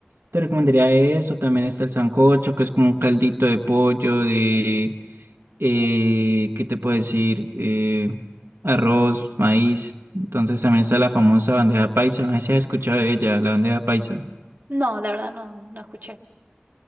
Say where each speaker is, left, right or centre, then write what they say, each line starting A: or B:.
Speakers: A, on the right; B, on the right.
A: te recomendaría eso, también está el sancocho, que es como un caldito de pollo, de, eh, ¿qué te puedo decir? Eh, arroz, maíz, entonces también está la famosa bandeja paisa, no sé si has escuchado de ella, la bandeja paisa.
B: No, la verdad no, no escuché.